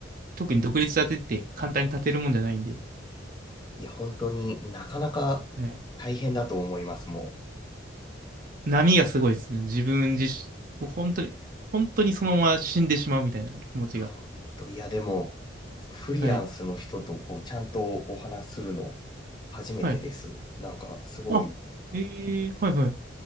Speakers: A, on the right; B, on the left.
A: 特に独立立てって簡単に立てるもんじゃないんで、
B: <laughs> いや、本当になかなか大変だと思います、
A: はい。
B: も
A: 波がすごいですね。自分自身、もう本当に、本当にそのまま死んでしまうみたいな気持ちが。
B: う。いや、本当、いや、でも、フリーランスの人とこう、
A: はい。
B: ちゃんとお話しするの初めてです。
A: はい。
B: なんか、すごい
A: あ、えー、はいはい。